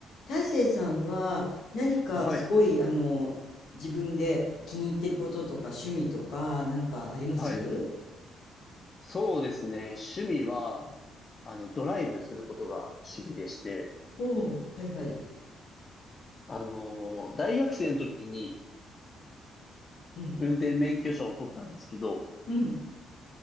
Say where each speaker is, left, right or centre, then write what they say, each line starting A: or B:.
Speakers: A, on the left; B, on the left.
A: 大成さんは何かすごいあの自分で気に入ってることとか趣味とかなんかあります
B: はい。はい。そうですね。趣味は、あの、ドライブすることが趣味でして、
A: おおー、はいはい。
B: あのー大学生の時に
A: うん。
B: 運転免許証を取ったんですけど、
A: うん。